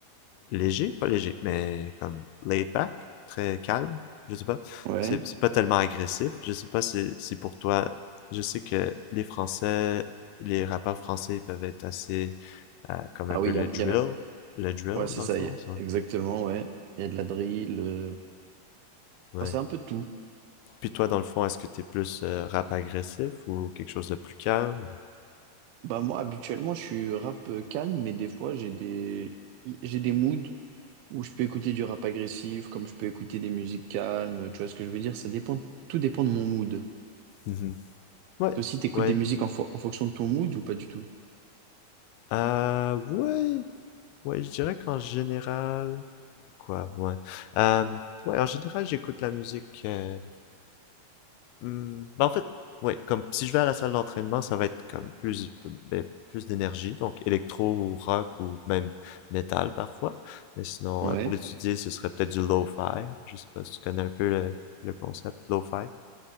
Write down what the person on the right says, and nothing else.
Ouais.
Ah
oui,
il y, en-
il y en a
Ouais, c'est
ça,
y-
exactement, ouais. Il y a de la drill, euh,
ah, c'est un peu de tout.
Bah moi, habituellement, je suis rap euh, calme, mais des fois, j'ai des... y- j'ai des moods où je peux écouter du rap agressif, comme je peux écouter des musiques calmes, tu vois ce que je veux dire? Ça dépend, tout dépend de mon mood.
Toi aussi, t'écoutes
des musiques en, fo- en fonction de ton mood ou pas du tout?
Ouais.